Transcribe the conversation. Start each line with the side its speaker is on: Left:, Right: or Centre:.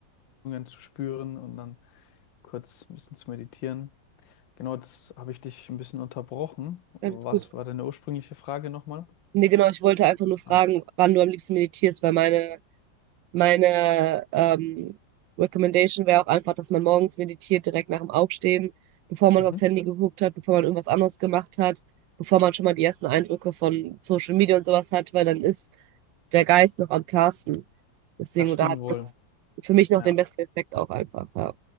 Left: zu spüren und dann kurz ein bisschen zu meditieren. Genau, jetzt habe ich dich ein bisschen unterbrochen. Was
Right: alles gut.
Left: war deine ursprüngliche Frage nochmal?
Right: Nee, genau, ich wollte einfach nur fragen,
Left: Genau.
Right: wann du am liebsten meditierst, weil meine, meine ähm, Recommendation wäre auch einfach, dass man morgens meditiert, direkt nach dem Aufstehen, bevor man
Left: Mhm.
Right: aufs Handy geguckt hat, bevor man irgendwas anderes gemacht hat, bevor man schon mal die ersten Eindrücke von Social Media und sowas hat, weil dann ist der Geist noch am klarsten. Deswegen,
Left: Das
Right: oder
Left: stimmt
Right: hat
Left: wohl.
Right: das für mich noch
Left: Ja,
Right: den besten Effekt auch einfach, ja.